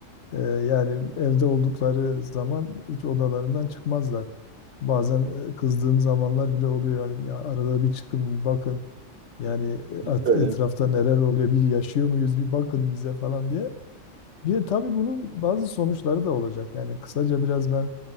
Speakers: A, on the left; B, on the right.
A: Ee, yani evde oldukları zaman hiç odalarından çıkmazlar. Bazen e, kızdığım zamanlar bile oluyor. Yani ya arada bir çıkın bir bakın. Yani
B: Biz
A: et-
B: de öyle.
A: etrafta neler oluyor bir yaşıyor muyuz bir bakın bize falan diye. Bir de tabii bunun bazı sonuçları da olacak. Yani kısaca biraz ben